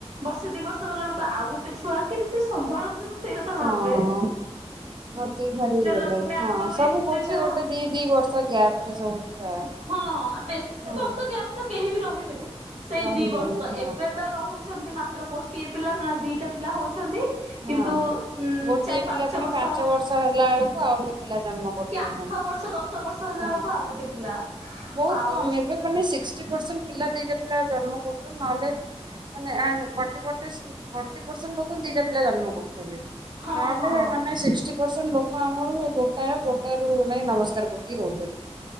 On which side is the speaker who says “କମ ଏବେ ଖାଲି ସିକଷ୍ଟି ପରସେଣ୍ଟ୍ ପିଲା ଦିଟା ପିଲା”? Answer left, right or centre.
Right